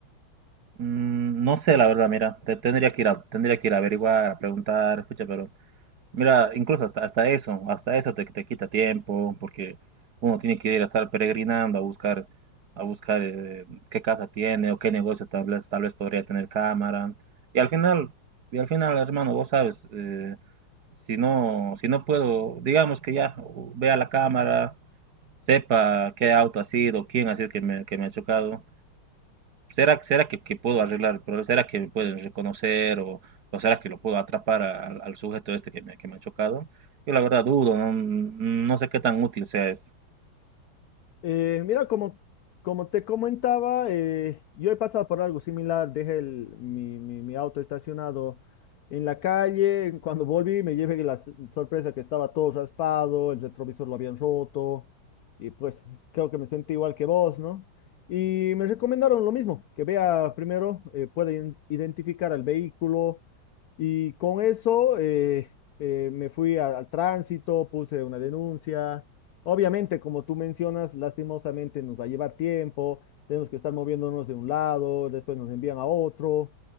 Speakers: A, on the right; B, on the left.
A: Mm, No sé, la verdad, mira, te- tendría que ir a, tendría que ir a averiguar, a preguntar, escucha, pero mira, incluso hasta, hasta eso, hasta eso te, te quita tiempo, porque uno tiene que ir a estar peregrinando a buscar, a buscar eh, qué casa tiene o qué negocio tal vez, tal vez podría tener cámara. Y al final, y al final, hermano, vos sabes, eh, si no, si no puedo, digamos que ya u- vea la cámara, sepa qué auto ha sido, quién ha sido que me, que me ha chocado, ¿será, será que, que puedo arreglar el problema? ¿Será que me pueden reconocer o, o será que lo puedo atrapar a- al, al sujeto este que me, que me ha chocado? Yo la verdad dudo, no, no sé qué tan útil sea eso.
B: Eh, mira, como, como te comentaba, eh, yo he pasado por algo similar. Dejé el- mi, mi- mi auto estacionado en la calle. Cuando volví, me llevé la s- sorpresa que estaba todo raspado, el retrovisor lo habían roto. Y pues creo que me sentí igual que vos, ¿no? Y me recomendaron lo mismo, que vea primero, eh, puede in- identificar al vehículo. Y con eso eh, eh, me fui a- al tránsito, puse una denuncia. Obviamente, como tú mencionas, lastimosamente nos va a llevar tiempo, tenemos que estar moviéndonos de un lado, después nos envían a otro,